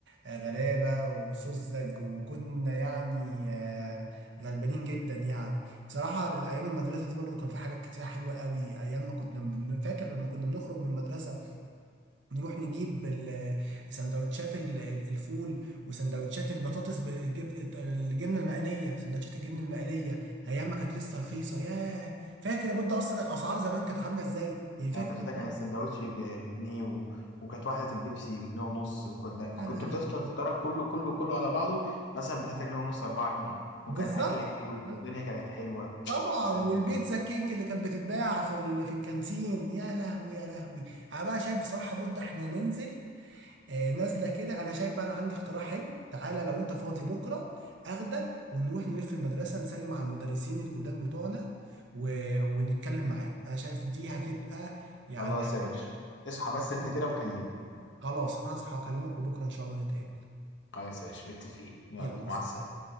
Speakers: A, on the right; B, on the left.
A: آه، غلابة وسذج وكنا يعني آه، غلبانين جدا يعني بصراحة ايام المدرسة دي برضه كان في حاجات كتير حلوة قوي ايام ما كنا بن... فاكر لما كنا بنخرج من المدرسة نروح نجيب ال- سندوتشات ال- ال- الفول وسندوتشات البطاطس بالجبن الجبنه المقليه سندوتشات الجبنه المقليه ايام ما كانت لسه رخيصه ياه فاكر يا بود اصلا الاسعار زمان كانت عامله ازاي يعني
B: يا
A: فاكر
B: باشا
A: انت
B: ده كان السندوتش ب- بجنيه و... وكانت واحدة البيبسي بجنيه ونص وكنت كنت
A: يا لهوي
B: بتفطر فطارك كله كله كله على بعضه مثلا ب 3 جنيه ونص 4 جنيه
A: بالظبط
B: وكان أكل حلو
A: ب-
B: والدنيا كانت حلوة
A: طبعا
B: سلام
A: والبيتزا كينج اللي كانت بتتباع في ال... في الكانتين يا لهوي يا لهوي انا بقى شايف بصراحه بود احنا ننزل آه، نازله كده انا شايف بقى انا عندي اقتراح حلو تعالى لو انت فاضي بكره اخدك ونروح نلف المدرسه نسلم على المدرسين القدام بتوعنا و... ونتكلم معاهم انا شايف دي هتبقى يعني
B: خلاص
A: حاجه
B: يا باشا اصحى
A: هتفكرني.
B: بس أنت كده وكلمني
A: خلاص انا هصحى اكلمك وبكره ان شاء الله نتقابل
B: خلاص يا باشا متفقين يلا
A: يلا
B: مع
A: سلام
B: السلامة